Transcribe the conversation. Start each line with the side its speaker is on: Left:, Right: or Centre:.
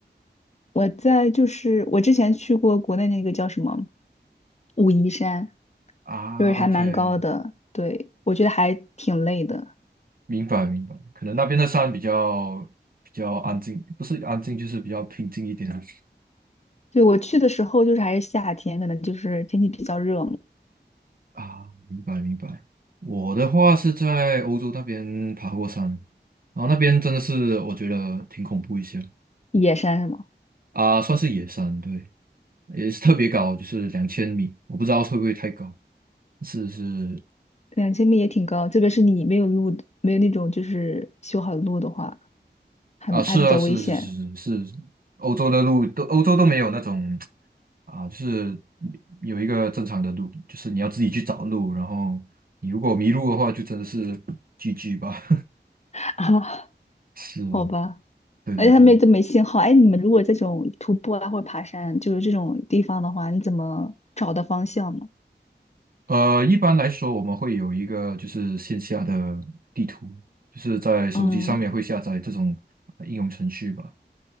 Left: 我在就是我之前去过国内那个叫什么武夷山，
Right: 啊，OK，OK，OK，
Left: 就是还蛮高的，对，我觉得还挺累的。
Right: 明白明白，可能那边的山比较比较安静，不是安静就是比较平静一点啊。
Left: 对，我去的时候就是还是夏天，可能就是天气比较热嘛，
Right: 啊明白明白。我的话是在欧洲那边爬过山，然后那边真的是我觉得挺恐怖一些
Left: 野山是吗？
Right: 啊，算是野山，对，也是特别高，就是两千米，我不知道会不会太高，是是
Left: 两千米也挺高，特别是你没有路，没有那种就是修好的路的话，还还比较危险
Right: 啊，是啊，是是是是是，欧洲的路都欧洲都没有那种啊，就是有有一个正常的路，就是你要自己去找路，然后你如果迷路的话，就真的是 GG 吧。
Left: <laughs> 啊。
Right: <laughs> 是啊，
Left: 好吧，
Right: 对对对，
Left: 而且他们也都没信号。哎，你们如果这种徒步啊或者爬山，就是这种地方的话，你怎么找的方向呢？
Right: 呃，一般来说我们会有一个就是线下的地图，就是在手机上面会下载这种呃应用程序吧。
Left: 嗯